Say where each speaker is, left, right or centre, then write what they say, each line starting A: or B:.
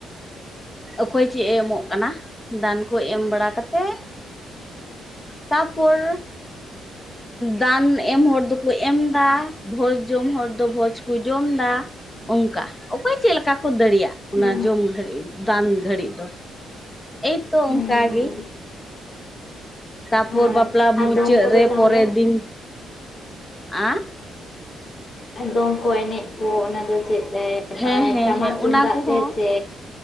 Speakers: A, on the left; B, on the left.
A: ᱚᱠᱚᱭ ᱪᱮᱫ ᱮ ᱮᱢᱚᱜ ᱠᱟᱱᱟ, ᱫᱟᱱ ᱠᱚ ᱮᱢ ᱵᱟᱲᱟ ᱠᱟᱛᱮᱜ ᱛᱟᱯᱚᱨ ᱫᱟᱱ ᱮᱢ ᱦᱚᱲ ᱫᱚ ᱠᱚ ᱮᱢ ᱫᱟ, ᱵᱷᱚᱡᱽ ᱡᱚᱢ ᱦᱚᱲ ᱫᱚ ᱵᱷᱚᱡᱽ ᱠᱚ ᱡᱚᱢ ᱫᱟ, ᱚᱝᱠᱟ, ᱚᱠᱚᱭ ᱪᱮᱫᱠᱟ ᱠᱚ ᱫᱟᱲᱤᱭᱟᱜ ᱚᱱᱟ
B: ᱦᱩᱸ
A: ᱡᱚᱢ ᱜᱷᱟᱹᱲᱤᱡ ᱫᱟᱱ ᱜᱷᱟᱹᱲᱤᱡ ᱫᱚ᱾ ᱮᱭᱛᱚ
B: ᱦᱩᱸ
A: ᱚᱱᱠᱟ ᱜᱮ, ᱛᱟᱯᱚᱨ
B: ᱦᱮᱸ
A: ᱵᱟᱯᱞᱟ
B: ᱟᱨ
A: ᱢᱩᱪᱟᱹᱫ
B: ᱫᱚᱝ ᱠᱚᱫᱚ
A: ᱨᱮ
B: ᱛᱟᱦᱚᱞᱮ
A: ᱯᱚᱨᱮᱨ ᱫᱤᱱ ᱟᱸ
B: ᱟᱨ ᱫᱚᱝ ᱠᱚ ᱮᱱᱮᱡ ᱠᱚ ᱚᱱᱟ ᱫᱚ ᱪᱮᱫ ᱮ
A: ᱦᱮᱸ
B: ᱟᱨ
A: ᱦᱮᱸ
B: ᱴᱟᱢᱟᱠ
A: ᱦᱮᱸ
B: ᱛᱩᱢᱫᱟᱜ
A: ᱚᱱᱟ ᱠᱚᱦᱚᱸ
B: ᱛᱮ ᱥᱮ